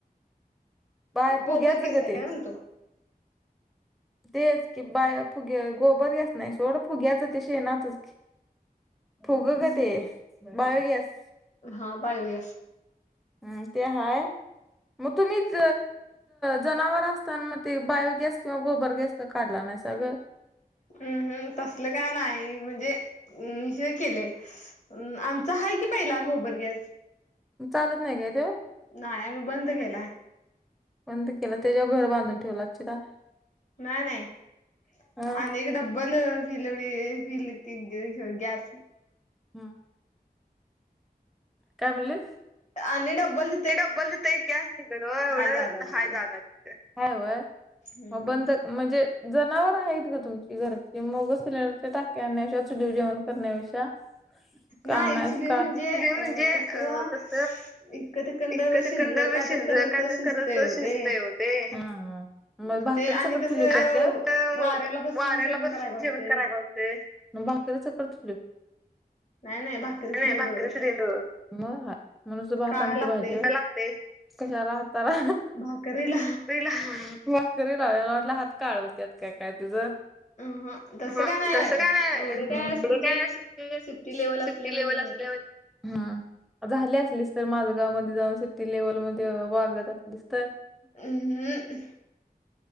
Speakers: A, in the centre; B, on the left.
A: बाय फुग्याच
B: गोबर गॅस
A: ग
B: आहे
A: ते.
B: काय म्हणतो?
A: तेच की बा फुगे गोबर घ. नाही सोडं फुग्याचं ते शेणाचच फुग
B: हम्म.
A: ग ते बायोगॅस
B: हा बायोगॅस.
A: हम्म ते हाय. मग तुम्हीच जनावर असता मग ते बायोगॅस किंवा गोबर गॅस काडला नाही साग.
B: हम्म हम् तसल का नाही म्हणजे निषय केलंय. आमचा आहे की पहिला गोबर गॅस
A: चालत नाही काय ते.
B: नाही आम्ही बंद
A: नाही
B: केलाय.
A: बंद केला तेच्यावर घर बांधून ठेवलं असंचीला.
B: नाही नाही
A: हा
B: अनेक डब्बल ब उडी ब क ग्यास <unintelligible>
A: हम्. काय म्हणलेस.
B: आणि डबल
A: ते डब्बल तिथं एक गॅस निघल एवढं
B: जागा तिथे
A: हाय जागा तिथं हाय व्हय
B: हम्म.
A: म बंद. म्हणजे जनावर आहेत ग तुमची घरची मग सिलेंडरच्या टाक्या आणायच्या देव जेवण करण्या पेक्षा कामस
B: नाही चुली
A: का
B: म्हणजे
A: चुलीवर म्हणजे
B: अ कसं
A: अ कस.
B: इकड तिकंड
A: इकंतिकंद
B: शिज काय
A: शिजल
B: तर करत
A: काय तर
B: शिजतय
A: करत
B: ओ
A: शिजत
B: ते.
A: हो ते मग
B: मग
A: भाकरी
B: ते आणि
A: सकट
B: कसं
A: चुली वर करत्यास
B: वाऱ्याला बसून
A: वाऱ्याला
B: जेवण
A: बसून
B: करायला होतंय.
A: जेवण करायला घावतय. मग भाकरी सकट चुलीवर
B: नाही नाही भाकरीच
A: नाही
B: देईन
A: भाकरी
B: रोज
A: मग चुलीवर म्ह नुसती भात
B: काय
A: आमटी
B: लागते
A: भाजी होय? लागतंय कशाला हाताला
B: भाकरीला
A: चुलीला. री ला म्हटला हात काळ होत्यात काय काय तुझं.
B: अहं, तसं
A: हा
B: नाही
A: तस
B: बाया.
A: काय नाही
B: एवढं काय असं
A: पुढे
B: म्हणजे
A: काय अस
B: सिटी लेवल
A: सुट्टी
B: असल्यावानी
A: लेवल असल्या
B: नाही
A: वाणी हम झाली असलीच तर माझ गाव मध्ये जाऊन सिटी लेवलमध्ये वागत तर
B: अहं,